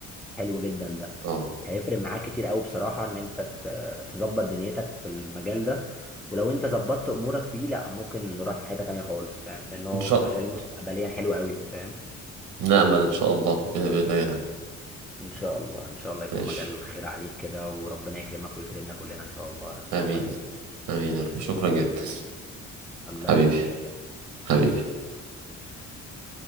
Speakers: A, in the centre; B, on the right (about 85°).
A: حلو جدا ده
B: اه
A: هيفرق معاك كتير قوي بصراحة ان انت ت- تظبط دنيتك في المجال ده ولو انت ظبطت امورك فيه لا ممكن نروح في حتة تانية خالص فاهم لان هو
B: ان شاء
A: مجال مستقبليا حلو قوي فاهم
B: نأمل ان شاء الله بإذن الله يعني
A: ان شاء الله ان شاء الله يكون
B: ماشي
A: مجال خير عليك كده وربنا يكرمك ويكرمنا كلنا ان شاء الله يعني
B: امين
A: اللهم امين
B: امين يا رب شكرا جدا
A: الله
B: حبيبي
A: يخليك
B: حبيبي
A: ماشي ماشي مع السلامة